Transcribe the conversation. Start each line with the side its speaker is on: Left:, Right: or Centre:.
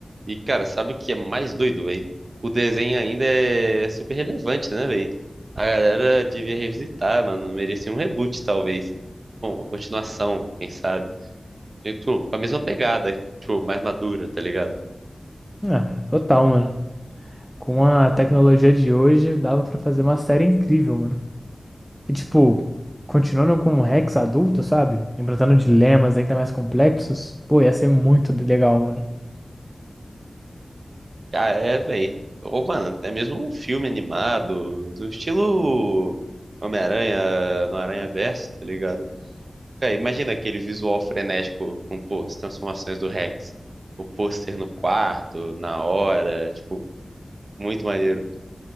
Right: E, cara, sabe o que é mais doido, véi? O desenho ainda é super relevante, né, véi? A galera devia revisitar, mano. Merecia um reboot, talvez. Bom, uma continuação, quem sabe? E, tipo, com a mesma pegada, tipo, mais madura, tá ligado?
Centre: É, total, mano. Com a tecnologia de hoje, dava pra fazer uma série incrível, mano. E tipo, continuando com o Rex adulto, sabe? Enfrentando dilemas ainda mais complexos, pô, ia ser muito legal, mano.
Right: Ah, é, velho. Ô, mano, até mesmo um filme animado, do estilo Homem-Aranha no Aranha-Verso, tá ligado? Cara, imagina aquele visual frenético com, pô, as transformações do Rex. O pôster no quarto, na hora, tipo, muito maneiro.